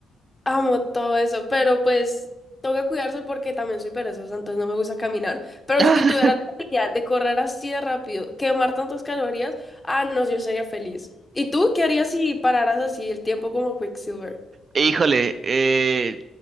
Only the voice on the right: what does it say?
<laughs>
E, Híjole, eh,